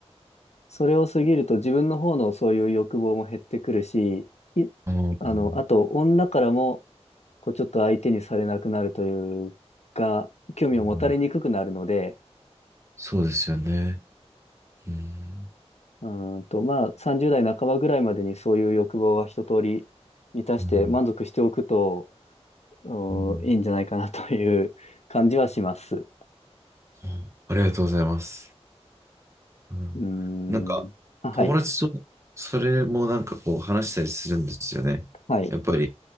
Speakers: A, on the left (about 75°); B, on the right (about 25°).
A: それを過ぎると自分の方のそういう欲望も減ってくるし、い、
B: ああ。
A: あの、あと女からもこうちょっと相手にされなくなるというか、興味を持たれにくくなるので、
B: うんそうですよね。うん。
A: うーんと、まあ30代半ばぐらいまでにそういう欲望は一通り満たして満足しておくと、
B: うん。
A: う
B: うん
A: ーんいいんじゃないかなという感じはします。
B: あありがとうございます。うん。
A: うーん。
B: なんか、
A: あ、はい。
B: 友達とそれもなんかこう話したりするんですよね。
A: はい。
B: やっぱり、